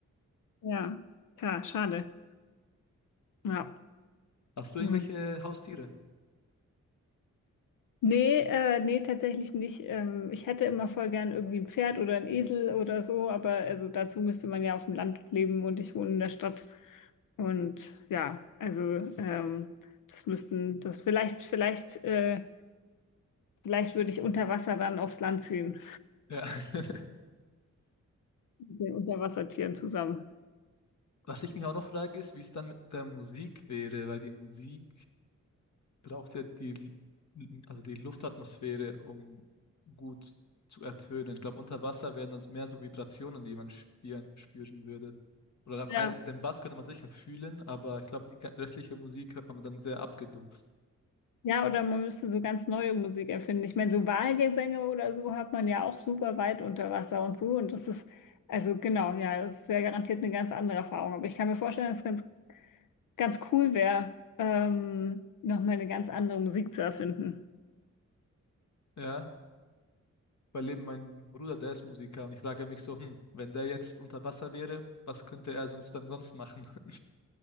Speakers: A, on the left (about 85°); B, on the left (about 60°).
A: Ja, klar, schade. Ja.
B: Hast du irgendwelche
A: Hm.
B: Haustiere?
A: Nee, äh, nee, tatsächlich nicht. Ähm, ich hätte immer voll gern irgendwie ein Pferd oder ein Esel oder so, aber also dazu müsste man ja auf dem Land leben und ich wohne in der Stadt. Und ja, also ähm, das müssten, das vielleicht, vielleicht, äh, vielleicht würde ich unter Wasser dann aufs Land ziehen,
B: Ja. <laughs>
A: mit den Unterwassertieren zusammen.
B: Was ich mich auch noch frage, ist, wie es dann mit der Musik wäre, weil die Musik braucht ja die, L- also die Luftatmosphäre, um gut zu ertönen. Ich glaube, unter Wasser wären das mehr so Vibrationen, die man spüren, spüren würde. Oder
A: Ja.
B: all- den Bass könnte man sicher fühlen, aber ich glaube, die ga- restliche Musik hört man dann sehr abgedumpft.
A: Ja, oder man müsste so ganz neue Musik erfinden. Ich meine, so Walgesänge oder so hat man ja auch super weit unter Wasser und so. Und das ist, also genau, ja, das wäre garantiert eine ganz andere Erfahrung. Aber ich kann mir vorstellen, dass es ganz, ganz cool wäre, ähm, nochmal eine ganz andere Musik zu erfinden.
B: Ja. Bei Leben, mein Bruder, der ist Musiker und ich frage mich so, hm, wenn der jetzt unter Wasser wäre, was könnte er sonst dann sonst machen? <laughs>